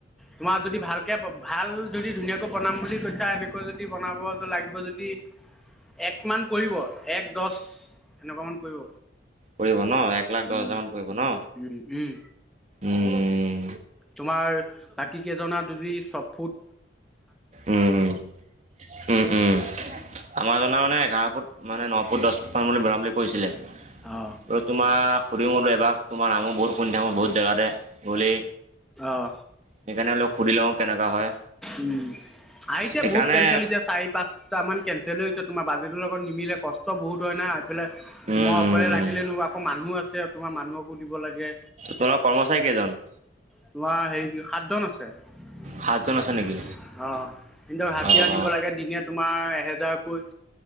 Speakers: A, in the centre; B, on the right.
A: তোমাৰ যদি ভালকে ভাল যদি ধুনীয়াকৈ বনাম বুলি কৈছা এনেকৈ যদি বনাব লাগিব যদি। এক মান পৰিব এক দচ এনেকুৱা মান পৰিব।
B: পৰিব ন এক লাখ
A: উম
B: দহ হাজাৰ মান পৰিব ন
A: উম উম
B: উ উ।
A: তোমাৰ বাকী কেইজনা যদি চফুট
B: উম উম উম উম আমাৰ জনা মানে এঘাৰ ফুট মানে ন ফুট দহ মান মান বৰাম বুলি কৰিছিলে
A: অ
B: আৰু তোমাৰ <unintelligible> বোলো এবাক তোমাৰ নামো বহুত শুনি থাকোঁ, বহুত জেগাতে গ'লেই।
A: অ
B: সেইকাৰণে অলপ সুধি লও কেনেকা হয়?
A: উম। আহিছে
B: সেইকাৰণে
A: বহুত কেঞ্চেল হৈছে চাৰি পাঁচটা মান কেঞ্চেল হৈ হৈছে তোমাৰ বাজেটৰ লগত নিমিলে কষ্ট কষ্ট বহুত হয় না এইফালে
B: উম
A: মই
B: উম
A: অকলে লাগিলেনো
B: উম
A: আকৌ মানুহ আছে তোমাৰ মানুহকো দিব লাগে।
B: তোমাৰ কৰ্মচাৰী কেইজন?
A: তোমাৰ হেৰি সাতজন আছে অঁ
B: সাতজন আছে নেকি
A: কিন্তক হাজিৰা
B: অঁ
A: দিব লাগে দিনে তোমাৰ এহেজাৰকৈ